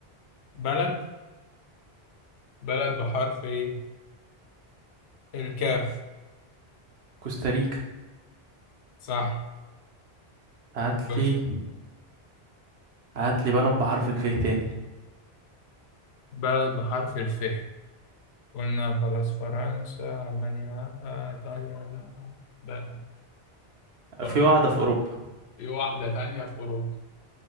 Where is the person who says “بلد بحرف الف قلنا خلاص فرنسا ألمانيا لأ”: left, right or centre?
Left